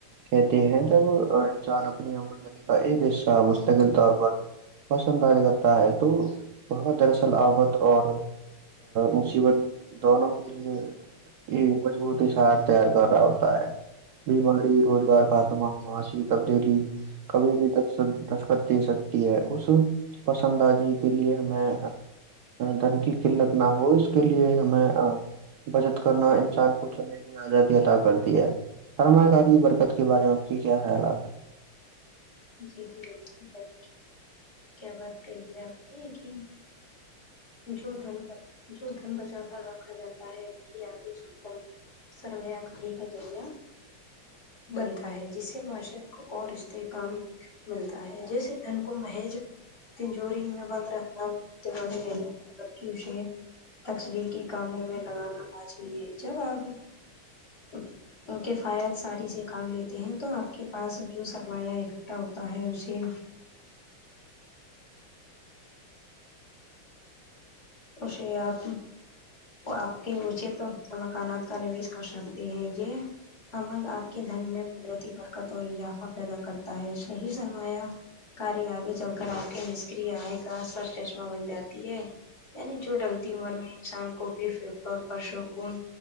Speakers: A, on the right; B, on the left.
A: کہتے ہیں جب انسان اپنی آمدنی ایک حصہ مستقل طور پر پسند کرتا ہے تو بہت دراصل آفت اور مصیبت دونوں کے لیے یہ مضبوط اشہار تیار کر رہا ہوتا ہے بیماری روزگار ختمہ ماسی تبدیلی کبھی بھی دک دستخت دے سکتی ہے اس پسند ا جی کے لیے میں دن کی قلت نہ ہو اس کے لیے ہمیں بچت کرنا انسان کو چڑنے کی آزادی ادا کرتی ہے فرما کاری برکت کے بارے میں آپ کے کیا خیالات ہیں
B: جی جی بالکل کیا بات کہی ہے آپ نے کہ جو دن جو دن بچا کر رکھا جاتا ہے وہ بھی آگے چل کر سر میںیا گری کا جریہ بنتا ہے جس سے معاشرت کو اور رشت کاام ملتا ہے جیسے دن کو محیج تنجوری میں بند رکھنا چے نہیں کی شیر تکلیقی کاموں میں لگانا لاازمی ہے جب آپ اچ کےفات ساری سے کام لیتے ہیں تو آپ کے پاس جو سرمایہ اکٹھا ہوتا ہے اسے تو شے آپ وہ آپ کے اچے تو مکانات کا نویش کر سکتی ہے یہ عمل آپ کے دھن میں قدرتی برکت اور اضافہ پیدا کرتا ہے صحیح سرمایہ کاری آگے چل کر آپ کے نشکری آئے کاثر چشمہ بن جاتی ہے یعنی جو ڈلتی ہوا نا انسان کو ف اور پرسکون